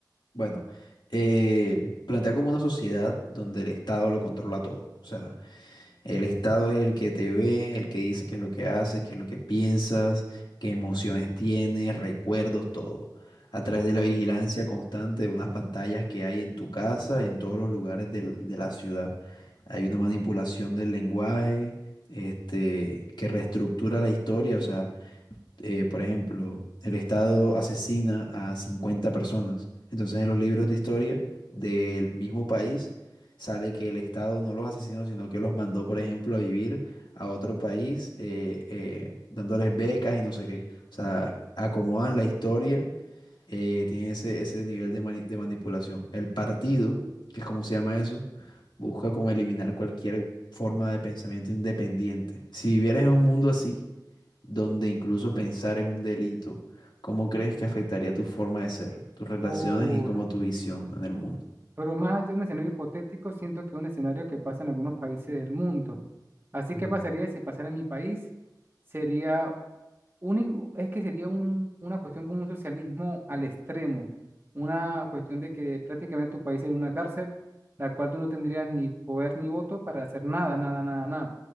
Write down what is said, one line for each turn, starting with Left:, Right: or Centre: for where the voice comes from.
Left: Bueno, eh, plantea como una sociedad donde el Estado lo controla todo. O sea, el Estado es el que te ve, el que dice qué es lo que haces, qué es lo que piensas, qué emociones tienes, recuerdos, todo. A través de la vigilancia constante de unas pantallas que hay en tu casa, en todos los lugares del- de la ciudad. Hay una manipulación del lenguaje, este, que reestructura la historia. O sea, eh, por ejemplo, el Estado asesina a 50 personas. Entonces en los libros de historia del mismo país sale que el Estado no los asesinó, sino que los mandó, por ejemplo, a vivir a otro país, eh, eh, dándoles becas y no sé qué. O sea, acomodan la historia, eh, tienen ese, ese nivel de, mani- de manipulación. El partido, que es como se llama eso, busca como eliminar cualquier forma de pensamiento independiente. Si vivieras en un mundo así, donde incluso pensar es un delito, ¿cómo crees que afectaría tu forma de ser, tus relaciones
Right: Uy,
Left: y como tu visión en el mundo?
Right: pero más allá de un escenario hipotético, siento que es un escenario que pasa en algunos países del mundo. Así que
Left: Ujú.
Right: pasaría si pasara en mi país, sería único es que sería un- una cuestión como un socialismo al extremo, una cuestión de que prácticamente tu país sería una cárcel, la cual tú no tendrías ni poder ni voto para hacer nada, nada, nada, nada.